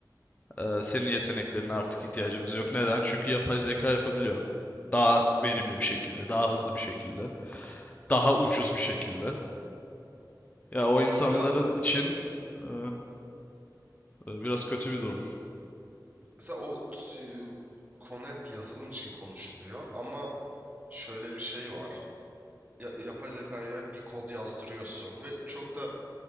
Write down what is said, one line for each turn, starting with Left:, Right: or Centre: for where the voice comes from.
Left: e, senin yeteneklerine artık ihtiyacımız yok. Neden? Çünkü yapay zeka yapabiliyor. Daha verimli bir şekilde, daha hızlı bir şekilde, daha ucuz bir şekilde. Ya o insanların
Right: Mesela
Left: için e, e, biraz kötü bir durum.
Right: mesela o t- e, konu hep yazılım için konuşuluyor ama şöyle bir şey var. Ya, yapay zekaya bir kod yazdırıyorsun ve çok da